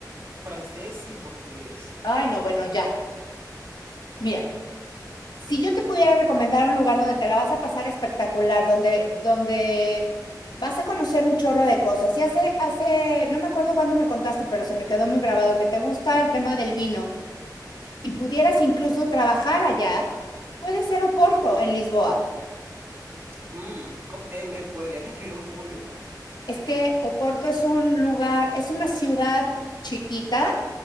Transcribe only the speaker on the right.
francés y portugués.
Mm, co- eh, ¿me podrías describir un poco el lugar?